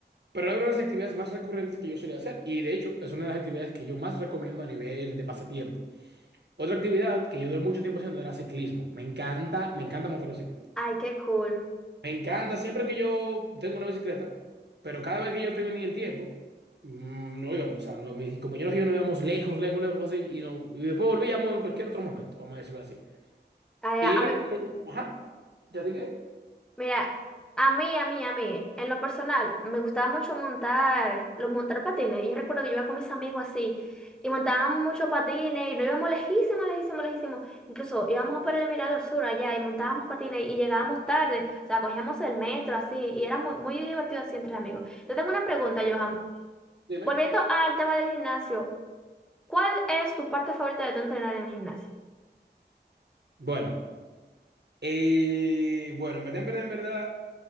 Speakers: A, on the right (about 70°); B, in the centre.
A: pero era una de las actividades más recurrentes que yo solía hacer y de hecho es una de las actividades que yo más recomiendo a nivel de pasatiempo. Otra actividad que yo duré mucho tiempo haciendo era ciclismo. Me encanta, me encanta montar bicicleta.
B: Ay, qué cool.
A: Me encanta siempre que yo tengo una bicicleta, pero cada vez que yo tengo ni el tiempo, mm, no íbamos, o sea, no, mis compañeros y yo no íbamos lejos, lejos, lejos, así, y, no, y después volvíamos en cualquier otro momento, vamos a decirlo así.
B: Ay,
A: Y
B: a a
A: era,
B: mí,
A: ajá, ¿ya dije?
B: Mira, a mí, a mí, a mí, en lo personal, me gustaba mucho montar, los montar patines. Y Yo recuerdo que yo iba con mis amigos así, y montábamos mucho patines, y nos íbamos lejísimos, lejísimos, lejísimos. Incluso íbamos por el Mirador Sur allá, y montábamos patines, y llegábamos tarde, o sea, cogíamos el metro así, y era muy, muy divertido así entre amigos. Yo tengo una pregunta, Johan.
A: Dime.
B: Volviendo al tema del gimnasio, ¿cuál es tu parte favorita de tu entrenar en el gimnasio?
A: Bueno, Eh, bueno, en verdad, en verdad, en verdad,